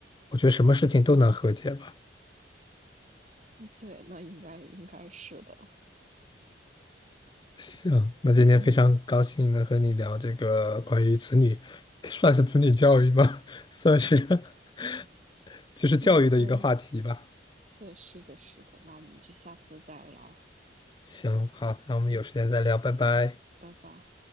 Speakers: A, on the left; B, on the right.
A: 我觉得什么事情都能和解吧。
B: 对，那应该应该是的，
A: 行，那今天非常高兴能和你聊这个关于子女，
B: 嗯，
A: 算是子女教育吧，<laughs> 算是 <laughs> 就是教育的一个话题吧。
B: 对，可以，对，是的，是的，那我们就下次再聊，
A: 行，好，那我们有时间再聊，
B: 嗯，
A: 拜拜。
B: 拜拜。